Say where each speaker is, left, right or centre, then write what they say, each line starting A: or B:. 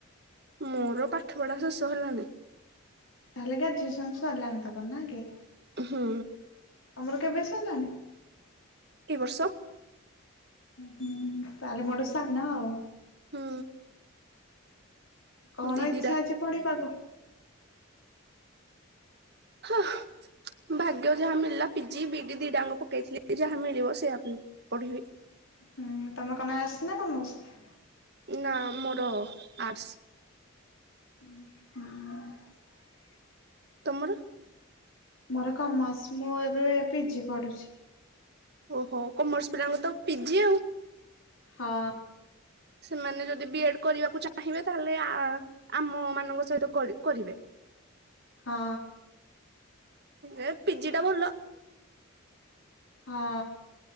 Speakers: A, on the right; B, on the left.
A: ମୋର ପାଠ ପଢା ଶେଷ ହେଲାଣି।
B: ତାହଲେ ଗ୍ରାଜୁଏସନ୍ ସରିିଲାଣି ତମର ନା କି?
A: ହୁଁ
B: ତମର କେବେ ସରି <unintelligible>
A: ଏ ବର୍ଷ।
B: ହୁଁ ତାହେଲେ ମୋଡ ସାନ ଆଉ।
A: ହୁଁ।
B: କଣ
A: ଦି
B: ଇଚ୍ଛା
A: ଦିଟା
B: ଅଛି ପଢିବାକୁ?
A: ହଁ ଭାଗ୍ୟ ଯାହା ମିଳିଲା ପିଜି ବିଡି ଦିଡାଙ୍କୁ ପକେଇଥିଲି ଯାହା ମିଳିବ ସେଆ ପଢିବି।
B: ହୁଁ ତମେ କଣ ଆସ ନା କମର୍ସ?
A: ନା ମୋର ଆର୍ଟସ୍।
B: ଉହୁଁ।
A: ତମର?
B: ମୋର କମର୍ସ, ମୁଁ ଏବେ ପିଜି ପଢୁଛି।
A: ଓହୋ କମର୍ସ ପିଲାଙ୍କୁ ତ ପିଜି ଆଉ।
B: ହଁ।
A: ସେମାନେ ଯଦି ବି ଏଡ୍ କରିବାକୁ ଚାହିଁବେ, ତାହେଲେ ଆମ ମାନଙ୍କ ସହିତ କରିବେ।
B: ହଁ।
A: ଏ ପିଜି ଟା ଭଲ।
B: ହଁ।